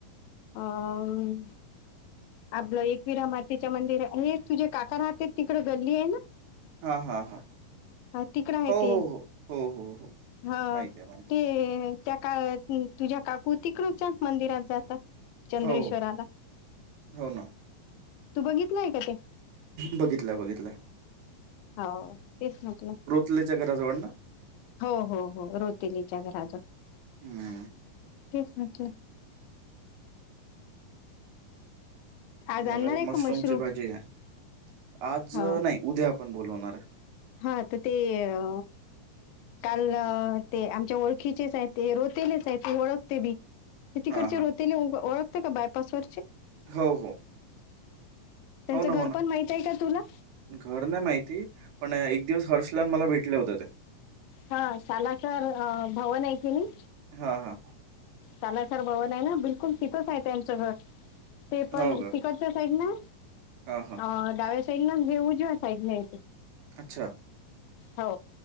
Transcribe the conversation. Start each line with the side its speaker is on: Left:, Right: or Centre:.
Left: आं आपला एकविरामा तिच्या मंदिर हे तुझे काका राहततेत तिकडं गल्ली आहे ना
Right: हा हा हा
Left: हा, तिकडं आहे
Right: हो
Left: ते
Right: हो हो हो हो हो.
Left: हा
Right: माहिती आहे माहिती
Left: ते त्या काय हं तुझ्या काकू तिकडूच्याच मंदिरात जातात. चंद्रेश्वराला
Right: आहे हो हो ना
Left: तू बघितलाय का ते?
Right: बघितलं बघितलं.
Left: हाव तेच म्हटलं.
Right: तलेच्या घराजवण ना.
Left: हो हो हो रोतिलीच्या घराचा
Right: हम्म
Left: तेच म्हटलं. आज आणणार
Right: मगं
Left: आहे
Right: मशरूमची
Left: का मशरूम
Right: भाजी आहे आज
Left: हो
Right: नाही उद्या आपण बोलवणार आहे.
Left: हा. आता ते.. आ. काल. ते आमच्या ओळखीचेच आहेत. ते रोतेलेच आहेत, ते ओळखते बी. ते तिकडचे
Right: हा हा
Left: रोतेले ओ ओळखते का बायपासवर?
Right: हो हो.
Left: त्यांचं
Right: हो ना
Left: घर
Right: हो ना
Left: पण माहित आहे का तुला?
Right: घर नाही माहिती पण एक दिवस हर्षलान मला भेटले होता ते.
Left: हा शालाकार अ भवन आहे की नी
Right: हा हा.
Left: तालासर भवन आहे ना बिलकुल तिथंच आहे त्यांचं घर. ते पण
Right: हो का
Left: तिकटच्या साईड ना.
Right: हा. हा.
Left: अ डाव्या साईडना हे उजव्या साईडनं येते
Right: अच्छा
Left: हो.